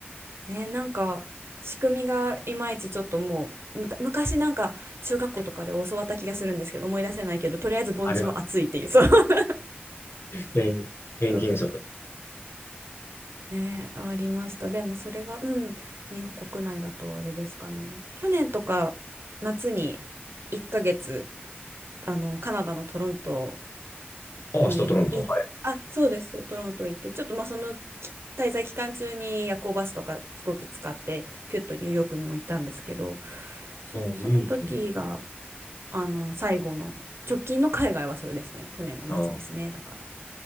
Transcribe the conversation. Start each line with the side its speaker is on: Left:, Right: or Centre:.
Right: ね、なんか仕組みがいまいちちょっともう、むた昔なんか中学校とかで教わった気がするんですけど、思い出せないけど、とりあえず盆地は暑いっていう、
Left: あれは
Right: そう。<laughs>
Left: 原因原因現象
Right: そうそう。ね、ありました。でもそれが、うん、日本国内だとあれですかね。去年とか夏に1ヶ月、あの、カナダのトロント
Left: ああ、
Right: に行っ、
Left: 明日取らんと。
Right: あ、そうです、トロント行って、ちょっとまあそのき滞在期間中に夜行バスとか飛行機使って、ピュッとニューヨークにも行ったんですけど、そう、
Left: おーいいですね
Right: その時が、あの、最後の、直近の海外はそれですね。去年の夏ですね、
Left: あ、
Right: だから。